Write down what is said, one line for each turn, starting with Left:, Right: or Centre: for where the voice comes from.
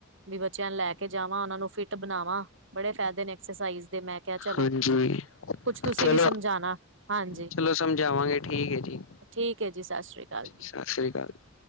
Right: ਵੀ ਬੱਚਿਆਂ ਨੂੰ ਲੈ ਕੇ ਜਾਵਾਂ, ਓਨਾਂ ਨੂੰ ਫਿਟ ਬਣਾਵਾਂ, ਬੜੇ ਫੈਦੇ ਨੇ ਐਕਸਰਸਾਈਜ਼ ਦੇ ਮੈਂ ਮੈਂ ਕਿਆ ਚਲੋ,
Left: ਹਾਂਜੀ
Right: ਕੁਛ ਤੁਸੀਂ
Left: ਚਲੋ
Right: ਵੀ ਸਮਝਾਣਾ, ਹਾਂਜੀ।
Left: ਚਲੋ ਸਮਝਾਵਾਂਗੇ ਠੀਕ ਹੈ ਜੀ
Right: ਠੀਕ ਹੈ ਜੀ, ਸਤਿ ਸ੍ਰੀ ਅਕਾਲ। ਜੀ।
Left: ਸਤਿ ਸ੍ਰੀ ਅਕਾਲ।